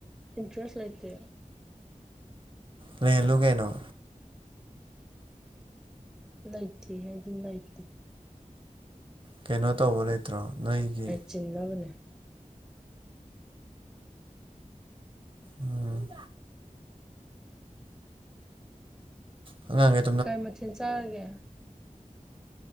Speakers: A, in the centre; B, on the right.
A: ꯏꯟꯇꯔꯦꯁ ꯂꯩꯇꯦ
B: ꯂꯩꯍꯜꯂꯨ ꯀꯩꯅꫭ
A: ꯂꯩꯇꯦ ꯍꯥꯏꯗꯤ ꯂꯩꯇꯦ꯫
B: ꯀꯩꯅꯣ ꯇꯧꯕ ꯂꯩꯇ꯭ꯔꯣ ꯅꯣꯏꯒꯤ꯫
A: ꯆꯤꯡꯅꯕꯅꯦ
B: ꯎꯝ꯫ ꯍꯪꯥꯡꯉꯦ
A: ꯀꯥꯏ ꯃꯊꯦꯜ ꯆꯥꯔꯒꯦ